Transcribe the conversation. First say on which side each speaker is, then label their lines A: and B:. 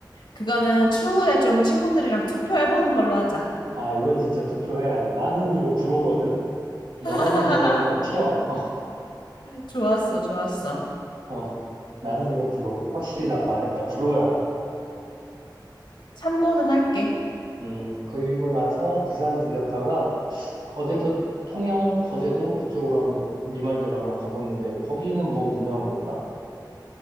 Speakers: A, on the left; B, on the right.
A: 그거는 추후에 좀 친구들이랑 투표해보는 걸로 하자.
B: 아, 이건 진짜 투표해야 돼. 나는 이거 불호거든? 너무
A: <laughs>
B: 뭐랄까, 튀어. <laughs>
A: 좋았어, 좋았어.
B: 어, 나는 이거 불호. 확실히 난 말했다. 불호야.
A: 참고는 할게.
B: 음, 그리고 나서 부산 들렸다가 거제도 통영 거제도 그쪽으로 한번 네 말대로 한번 가보는데 거기는 뭐 유명한 거 있나?